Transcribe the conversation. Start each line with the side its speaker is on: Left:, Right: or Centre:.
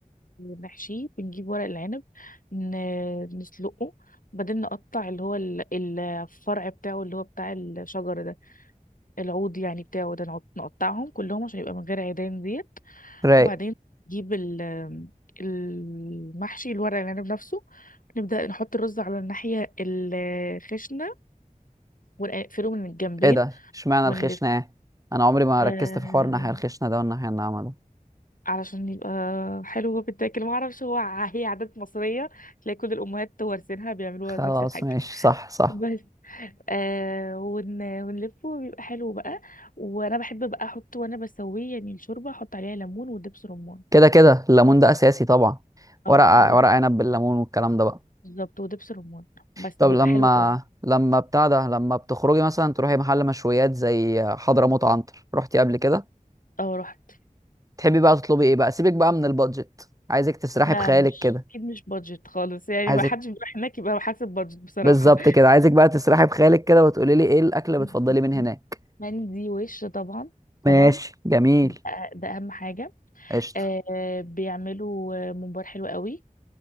Left: نحشيه بنجيب ورق العنب ن- نسلقه وبعدين نقطع اللي هو ال- الفرع بتاعه اللي هو بتاع الشجر ده العود يعني بتاعه ده نقط- نقطعهم كلهم عشان يبقى من غير عيدان ديت
Right: رايق
Left: وبعدين نجيب ال المحشي الورق العنب نفسه نبدأ نحط الرز على الناحية الخشنة ونقفله من الجنبين
Right: ايه ده اشمعنى
Left: ونلف
Right: الخشنة ايه انا عمري ما
Left: آه
Right: ركزت في حوار الناحية الخشنة ده والناحية الناعمة ده
Left: علشان يبقى حلو وبيتاكل ما اعرفش هو ع- هي عادات مصرية تلاقي كل الأمهات وارثينها بيعملوها
Right: خلاص
Left: نفس الحاجة
Right: ماشي صح صح
Left: بس آه ون... ونلفه بيبقى حلو بقى وانا بحب بقى احط وانا بسويه يعني الشوربه احط عليها ليمون ودبس رمان
Right: كده كده الليمون ده اساسي طبعا
Left: اه
Right: ورق ع-
Left: ود-
Right: ورق عنب بالليمون والكلام ده بقى
Left: بالظبط ودبس رمان بس
Right: طب
Left: بيبقى
Right: لما
Left: حلو قوي
Right: لما بتاع ده لما بتخرجي مثلا تروحي محل مشويات زي حضرموت عنتر رحتي قبل كده
Left: اه رحت
Right: تحبي بقى تطلبي ايه بقى سيبك بقى من البادجت عايزك تسرحي
Left: لا
Right: بخيالك
Left: مش
Right: كده
Left: اكيد مش بادجت خالص يعني
Right: عايزك
Left: ما حدش بيروح هناك يبقى حاسب بادجت بصراحه
Right: بالظبط كده عايزك بقى تسرحي بخيالك كده وتقولي لي ايه الاكل اللي
Left: <laughs>
Right: بتفضلي من هناك
Left: مندي وش طبعا طبعا
Right: ماشي جميل
Left: ده, ده اهم حاجه
Right: قشطة
Left: آه بيعملوا آه، ممبار حلو قوي